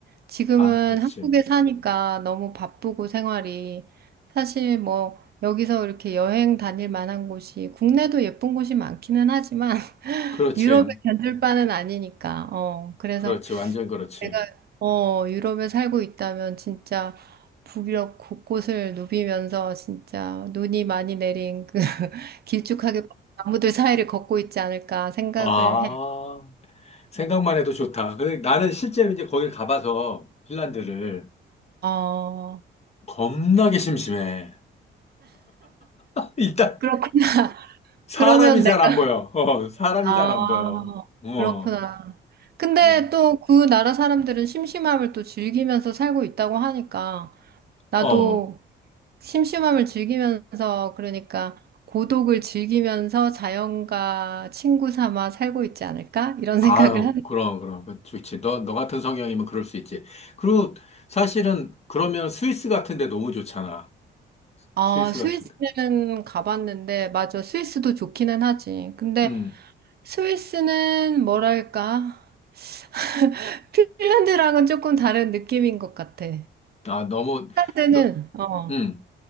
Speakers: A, on the right; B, on the left.
A: 지금은
B: 아, 그렇지.
A: 한국에 사니까 너무 바쁘고 생활이 사실 뭐 여기서 이렇게 여행 다닐 만한 곳이 국내도 예쁜 곳이 많기는 하지만 <laughs>
B: 그렇지.
A: 유럽에 견줄 바는 아니니까. 어, 그래서
B: 그렇지. 완전 그렇지.
A: 내가 어, 유럽에 살고 있다면 진짜 북유럽 곳곳을 누비면서 진짜 눈이 많이 내린 그 <laughs> 길쭉하게 뻗은 나무들 사이를 걷고 있지 않을까 생각을
B: 아,
A: 해.
B: 생각만 해도 좋다. 근데 나는 실제로 이제 거길 가봐서, 핀란드를.
A: 어,
B: 겁나게 심심해. <laughs> 일단
A: 그렇군.
B: 사람이
A: 그러면
B: 잘
A: 내가,
B: 안 보여. 어, 사람이
A: 아,
B: 잘 안 보여. 어,
A: 그렇구나. 근데
B: 그래서
A: 또 그 나라 사람들은 심심함을 또 즐기면서 살고 있다고 하니까 나도
B: 어,
A: 심심함을 즐기면서 그러니까 고독을 즐기면서 자연과 친구 삼아 살고 있지 않을까? 이런
B: 아유,
A: <laughs> 생각을 하는.
B: 그럼 그럼 그 좋지. 너 너 같은 성향이면 그럴 수 있지. 그리고 사실은 그러면 스위스 같은데 너무 좋잖아.
A: 아,
B: 스위스
A: 스위스는
B: 같은데.
A: 가봤는데 맞아. 스위스도 좋기는 하지. 근데
B: 음,
A: 스위스는 뭐랄까? <laughs> 핀란드랑은 조금 다른 느낌인 것 같아.
B: 아 너무
A: 핀란드는
B: 너,
A: 어,
B: 음,